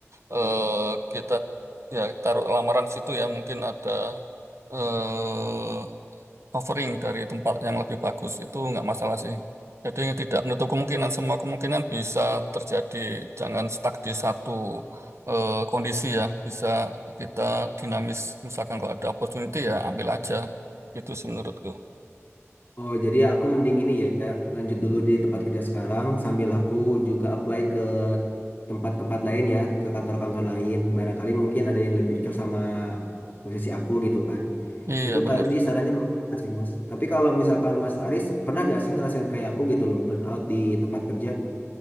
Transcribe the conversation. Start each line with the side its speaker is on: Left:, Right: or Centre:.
Right: eh, kita ya taruh lamaran situ ya, mungkin ada eh, offering dari tempat yang lebih bagus itu nggak masalah sih. Jadi tidak menutup kemungkinan, semua kemungkinan bisa terjadi. Jangan stuck di satu eh, kondisi ya. Bisa kita dinamis. Misalkan kalau ada opportunity ya ambil aja. Itu sih menurutku.
Left: Oh, jadi aku mending ini ya, lanjut dulu di tempat kerja sekarang sambil aku juga apply ke tempat-tempat lain ya, ke kantor-kantor lain. Barangkali mungkin ada yang lebih cocok sama posisi aku gitu kan.
Right: Iya
Left: Itu
Right: benar.
Left: tadi sarannya bagus banget sih, Mas. Tapi kalau misalkan Mas Aris, pernah gak sih ngerasain kayak aku gitu loh, burnout di tempat kerja?